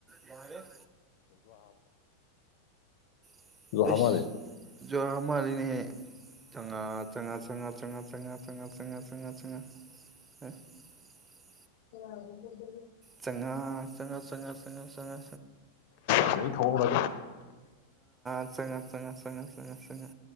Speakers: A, on the right (about 15°); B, on the left (about 45°).
A: ꯃꯥꯔꯣ <unintelligible> ꯑꯦꯅꯦ
B: ꯖꯨꯍꯥ ꯃꯥꯜꯂꯦ
A: ꯆ ꯆꯪꯒꯥ ꯆꯪ ꯆꯪꯉꯥ ꯇꯦꯡꯉꯥ ꯇꯉ ꯆꯉꯥ ꯆꯉꯥ ꯆꯉꯥ ꯑꯦ
B: ꯍꯒ ꯀꯗ
A: ꯆꯉ ꯆ ꯆꯉ ꯆꯪꯉ ꯆꯪꯉ
B: ꯁꯤꯗꯩ ꯊꯣꯛꯍꯧꯔꯒ
A: ꯆꯪꯉ ꯆꯪꯉ ꯆꯪꯉꯥ